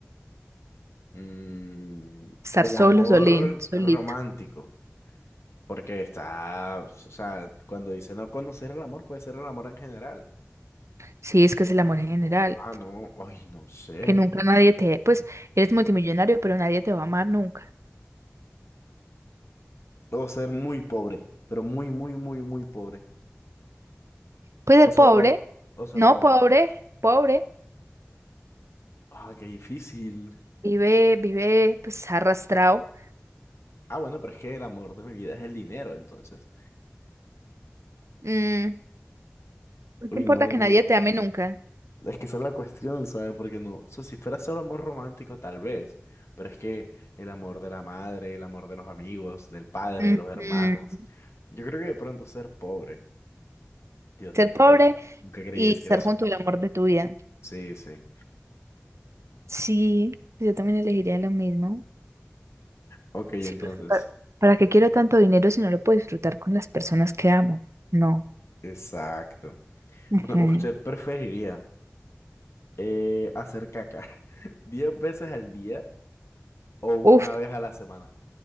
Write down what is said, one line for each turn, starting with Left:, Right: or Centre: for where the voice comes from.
Left: Mm,
Right: Estar
Left: el
Right: solo,
Left: amor
Right: solín, solito.
Left: romántico, porque está, o sea, cuando dice no conocer el amor, puede ser el amor en general.
Right: Sí, es que es el amor en general.
Left: Ah, no, ay, no sé.
Right: Que nunca nadie te... Pues eres multimillonario, pero nadie te va a amar nunca.
Left: O ser muy pobre, pero muy, muy, muy, muy pobre.
Right: Pues el
Left: O solo,
Right: pobre,
Left: o solo
Right: no
Left: pobre.
Right: pobre, pobre,
Left: Ah, qué difícil.
Right: vive, vive pues arrastrado.
Left: Ah, bueno, pero es que el amor de mi vida es el dinero, entonces.
Right: Mm, no
Left: Uy,
Right: te importa
Left: no,
Right: que
Left: no,
Right: nadie
Left: no.
Right: te ame nunca.
Left: Es que esa es la cuestión, ¿sabes? Porque no, o sea, si fuera solo amor romántico, tal vez, pero es que el amor de la madre, el amor de los amigos, del padre,
Right: Ujú.
Left: de los hermanos, yo creo que de pronto ser pobre, Dios,
Right: Ser
Left: nunca
Right: pobre
Left: creí, nunca creí
Right: y
Left: decir
Right: estar
Left: eso.
Right: junto al amor de tu vida.
Left: Sí, sí.
Right: Sí, yo también elegiría lo mismo.
Left: Ok, entonces,
Right: Sí, pues, ¿para, para qué quiero tanto dinero si no lo puedo disfrutar con las personas que amo? No.
Left: exacto.
Right: Ujú.
Left: Bueno, ¿usted preferiría eh, hacer caca <laughs> 10 veces al día o una
Right: Uf,
Left: vez a la semana?